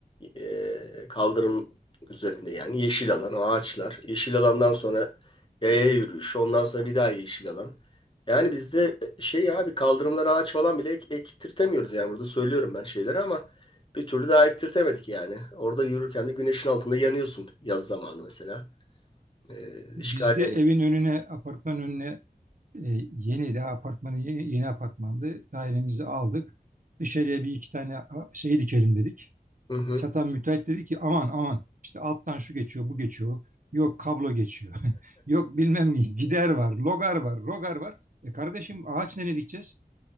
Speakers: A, on the left (about 30°); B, on the right (about 55°).
A: e, kaldırım üzerinde yani yeşil alan, ağaçlar. Yeşil alandan sonra yaya yürüyüşü, ondan sonra bir daha yeşil alan. Yani bizde şey abi kaldırımlara ağaç falan bile ek, ektirtemiyoruz yani burada söylüyorum ben şeyleri ama bir türlü daha ektirtemedik yani. Orada yürürken de güneşin altında yanıyorsun yaz zamanı mesela. E,
B: Bizde
A: işgali
B: evin önüne, apartmanın önüne e, yeni daha apartmanı yeni, yeni apartmandı. Dairemizi aldık. Dışarıya bir iki tane a, şey dikelim dedik.
A: hı hı.
B: Satan müteahhit dedi ki aman aman işte alttan şu geçiyor, bu geçiyor. Yok kablo geçiyor. <laughs> Yok bilmem ne gider var, logar var, rogar var. E kardeşim ağaç nereye dikeceğiz?